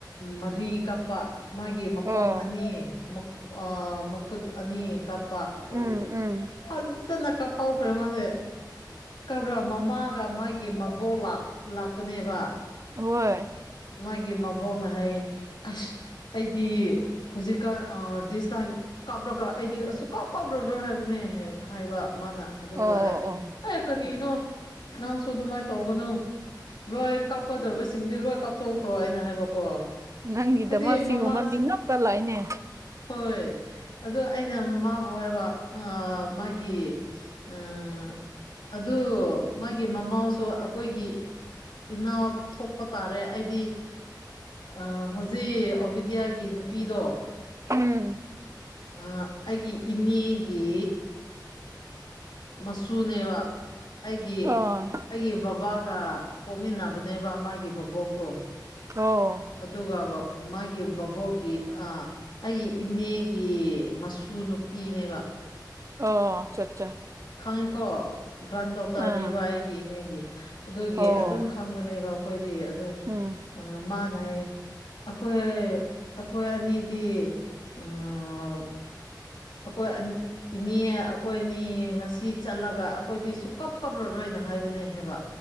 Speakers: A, on the left; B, on the right.
A: ꯃꯔꯤ ꯀꯥꯞꯄ ꯃꯥꯒꯤ ꯃꯈꯣꯡ
B: ꯑꯣ
A: ꯑꯅꯤ ꯃꯥ ꯑꯥ ꯃꯈꯨꯠ ꯑꯅꯤ ꯀꯥꯞꯄ ꯑꯗꯒꯤ
B: ꯎꯝ ꯎꯝ
A: ꯐꯖꯅ ꯀꯥꯞꯐꯧꯈ꯭ꯔꯦ ꯃꯥꯁꯦ ꯀꯞꯔꯥ ꯃꯃꯥꯒ ꯃꯥꯒꯤ ꯃꯕꯣꯛ ꯂꯥꯛ ꯂꯥꯛꯄꯅꯦꯕ
B: ꯍꯣꯏ
A: ꯃꯣꯏꯒꯤ ꯃꯕꯣꯛꯅ ꯍꯥꯏꯌꯦ ꯑꯁ ꯑꯩꯗꯤ ꯍꯧꯖꯤꯛꯀꯥꯟ ꯑꯥ ꯗꯤꯁ ꯇꯥꯏꯝ ꯀꯥꯞꯔꯒ ꯑꯩꯗꯤ ꯑꯁꯨꯛ ꯀꯥꯞ ꯀꯥꯞꯔꯔꯣꯏ ꯍꯥꯏꯕꯅꯦ ꯍꯥꯏꯕ ꯃꯥꯅ ꯑꯗꯨꯗ
B: ꯑꯣ
A: ꯑꯩꯅ
B: ꯑꯣ
A: ꯍꯦ ꯀꯔꯤꯅꯣ ꯅꯪꯁꯨ ꯑꯗꯨꯃꯥꯏ ꯇꯧꯒꯅꯨ ꯔꯣꯏ ꯀꯥꯞꯀꯗꯕꯁꯤꯡꯗꯤ ꯂꯣꯏ ꯀꯥꯞꯊꯣꯛꯈ꯭ꯔꯣ ꯑꯩꯅ ꯍꯥꯏꯕꯀꯣ
B: ꯅꯪꯒꯤꯗꯃꯛ
A: ꯍꯥꯏꯗꯤ ꯃꯃꯥꯁꯦ
B: ꯁꯤꯒꯨꯝꯕ ꯃꯤꯉꯞꯛꯇ ꯂꯥꯛꯑꯅꯦ
A: ꯍꯣꯏ ꯑꯗꯨ ꯑꯩꯅ ꯃꯥꯕꯨ ꯍꯥꯏꯕ ꯑꯥ ꯃꯥꯒꯤ ꯑꯥ ꯑꯗꯨ ꯃꯥꯒꯤ ꯃꯃꯥꯎꯁꯨ ꯑꯩꯈꯣꯏꯒꯤ ꯏꯅꯥꯎ ꯊꯣꯛꯄ ꯇꯥꯔꯦ ꯑꯩꯗꯤ ꯑꯥ ꯍꯧꯖꯤꯛ ꯑꯣꯕꯤꯗꯤ꯭ꯌꯥꯒꯤ ꯅꯨꯄꯤꯗꯣ
B: ꯎꯝ
A: ꯑꯥ ꯑꯩꯒꯤ ꯏꯅꯦꯒꯤ ꯃꯁꯨꯅꯦꯕ ꯑꯩꯒꯤ
B: ꯑ
A: ꯑꯩꯒꯤ ꯕꯕꯥꯒ ꯄꯣꯛꯃꯤꯟꯅꯕꯅꯦꯕ ꯃꯥꯒꯤ ꯕꯕꯣꯛꯇꯣ
B: ꯑꯣ
A: ꯑꯗꯨꯒꯕ ꯃꯥꯒꯤ ꯕꯕꯣꯛꯒꯤ ꯑꯥ ꯑꯩꯒꯤ ꯏꯅꯦꯒꯤ ꯃꯁꯨ ꯅꯨꯄꯤꯅꯦꯕ
B: ꯑꯣ ꯆꯠ
A: ꯈꯪꯉꯤꯀꯣ ꯒ꯭ꯔꯥꯟ ꯗꯣꯇꯔꯅꯦꯕ
B: ꯑꯥ
A: ꯑꯩꯒꯤ ꯏꯅꯦꯒꯤ ꯑꯗꯨꯒꯤ
B: ꯑꯣ
A: ꯑꯗꯨꯝ ꯈꯪꯕꯅꯦꯕ ꯑꯩꯈꯣꯏꯗꯤ ꯑꯗꯣ
B: ꯎꯝ
A: ꯃꯥꯅ ꯍꯥꯏꯌꯦ ꯑꯩꯈꯣꯏ ꯑꯩꯈꯣꯏ ꯑꯅꯤꯗꯤ ꯎꯝ ꯑꯩꯈꯣꯏ ꯑꯅꯤ ꯏꯅꯦ ꯑꯩꯈꯣꯏ ꯑꯅꯤ ꯉꯁꯤ ꯆꯠꯂꯒ ꯑꯩꯈꯣꯏꯗꯤ ꯁꯨꯛꯀꯞ ꯀꯞꯔꯔꯣꯏꯅ ꯍꯥꯏꯕꯅꯦ ꯍꯥꯏꯕ